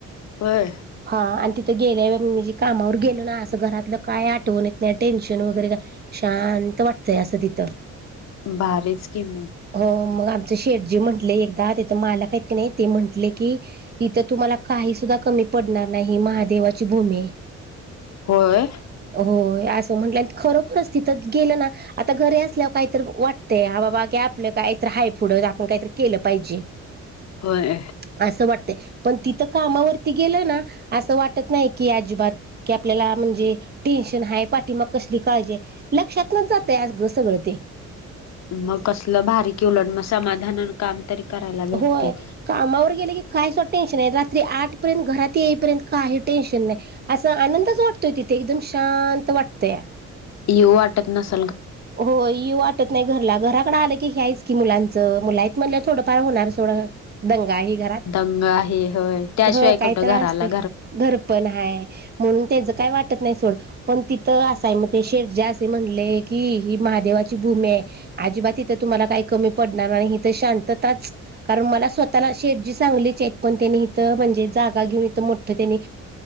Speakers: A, on the left (about 60°); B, on the right (about 35°).
A: होय
B: हा आणि गेल्या म्हणजे कामावर गेलो ना असं घरातलं काय आठवण येत नाही टेन्शन वगैरे शांत वाटतंय असं तिथं
A: भारीच किम
B: हो मग आम शेडजी म्हंटले एकदा तथ मालक आहेत की नाही ते म्हटले की इथ तुम्हाला काही सु कमी पडणार नाही महादेवाची भूमी आहे
A: होय
B: होय असं म्हंट खरोखरच तिथंच गेलं ना आता घरी असल्यावर काहीत वाटतंय ह बाबा आपलं काहीत हाय फुड आपण काहीतरी केलं पाहिजे.
A: होय.
B: असं वाटतंय पण तिथ कामावरती गेलं ना असं वाट नाही की अजिबात की आपल्याला म्हणजे टेन्शन हाय पाठी मग कली काळजी लक्षात जातय आज घ सगळ ते
A: मग कसलं भारी की उलट मग समाधान काम तरी करायला भेटते.
B: होय कामावर गेले की, काही स टेन्शन आहे रात्री आठ पर्यंत घरात येईपर्यंत काही टेन्शन नाही असा आनंदच वाटतोय तिथ ते एकदम शांत वाटत या,
A: येऊ वाटत नस
B: हो येऊ वाटत नाही घरला घराकडे आलं की हे्यायच की मुलांच मुला म्हणलं थोडंफार होणार सोडं ा घरात
A: दंग आहे होय त्याशिवाय
B: ह काही
A: कुठं
B: त्र
A: घराला
B: असते घर पण ह <inaudible> म्हणून त्याचं काही वाटत नाही सोड पण तिथं असाय मग ते शेडजा असे म्हणले. कि ही महादेवाची भूमी आहे अजिबात तिथे तुम्हाला काही कमी पडणार नाही हि तर शांतताच कारण मला स्वतःला शेड जी सांगलीचे आहेत पण त्यानी इथं म्हणजे जागा घेऊन इथ मोठं त्यानी